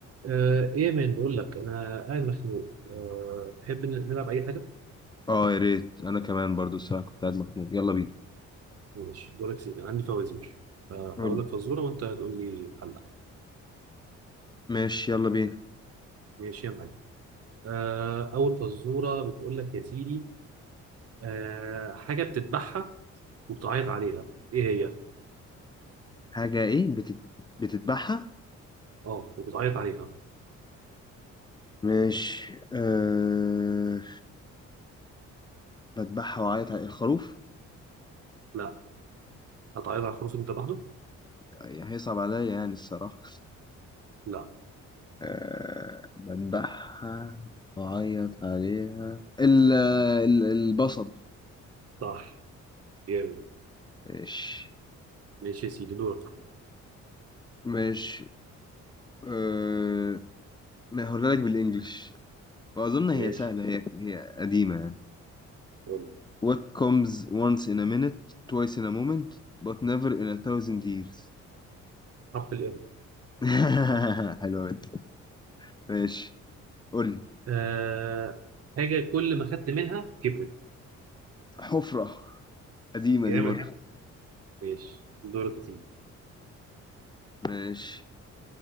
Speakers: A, on the right; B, on the left.
A: آه، ايه يا مان بقول لك انا قاعد مخنوق أه تحب ن- نلعب اي حاجه
B: اه يا ريت انا كمان برضو الساعة كنت قاعد مخنوق يلا بينا
A: ماشي دورك سيدي أنا عندي فوازير آه،
B: قول.
A: اقول لك فزوره وانت هتقول لي حلها
B: ماشي يلا بينا
A: ماشي يا معلم أه اول فزوره بتقول لك يا سيدي أه حاجه بتذبحها وبتعيط عليها ايه هي
B: حاجة ايه بتت... بتذبحها
A: اه وبتعيط عليها
B: ماشي أه... بذبحها وعيط على الخروف
A: لا هتعيط على الخروف اللي انت لوحده
B: يعني هيصعب عليا يعني الصراحة
A: لا
B: أه... بذبحها وعيط عليها ال... ال... البصل
A: صح جامد
B: ماشي
A: ماشي يا سيدي دورك
B: ماشي أه... ما هقولها لك بالانجلش واظن هي
A: ماشي
B: سهلة هي هي قديمة يعني
A: يلا
B: What comes once in a minute, twice in a moment, but never in a thousand years.
A: حرف الام
B: <laughs> حلوة دي. ماشي قول لي
A: أه حاجه كل ما خدت منها كبرت
B: حفرة قديمة
A: جامد
B: دي برضه جامد
A: ماشي دورك يا سيدي
B: ماشي